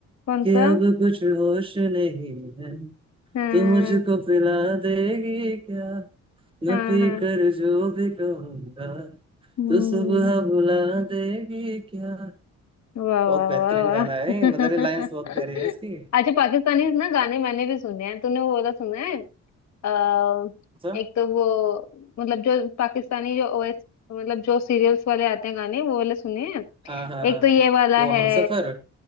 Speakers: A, on the left (about 60°); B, on the right (about 15°).
A: कौन
B: कि
A: सा
B: अब कुछ होश नहीं है
A: हाँ
B: तो मुझको पिला देगी क्या
A: हाँ
B: न पी
A: हाँ
B: कर जो भी कहूंगा
A: हम्म
B: तो सुबह बुला देगी क्या
A: वाह
B: बहुत
A: वाह
B: बेहतरीन
A: वाह वाह
B: गाना है
A: <laughs>
B: मतलब ये लाइंस बहुत प्यारी है इसकी
A: अच्छा पाकिस्तानी ना गाने मैंने भी सुने हैं तूने वो वाला सुना है अ,
B: अच्छा
A: एक तो वो मतलब जो पाकिस्तानी जो ओएस मतलब जो सीरियल्स वाले आते हैं गाने वो वाले सुने हैं
B: हाँ हाँ हाँ
A: एक तो ये वाला
B: वो
A: है
B: हमसफर